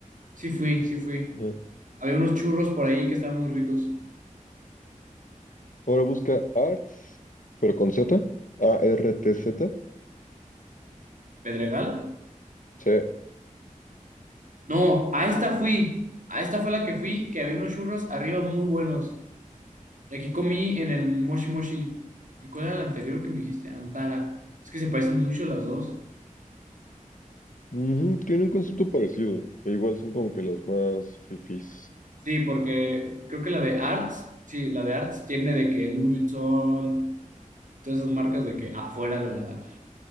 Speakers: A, on the right; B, on the left.
A: Sí fui, sí fui.
B: Ajá.
A: Había unos churros por ahí que estaban muy ricos.
B: Ahora busca Arts, pero con Z, A-R-T-Z.
A: ¿Pedregal?
B: Sí.
A: No, a esta fui. A esta fue la que fui, que había unos churros arriba muy buenos. Y aquí comí en el Moshi Moshi. ¿Y cuál era el anterior que me dijiste? Antara. Es que se parecen mucho las dos.
B: Ujú, Tiene un concepto parecido. e igual son como que las más fifís.
A: Sí, porque creo que la de Arts, sí, la de Arts tiene de que Louis Vuitton, todas esas marcas de que afuera de la,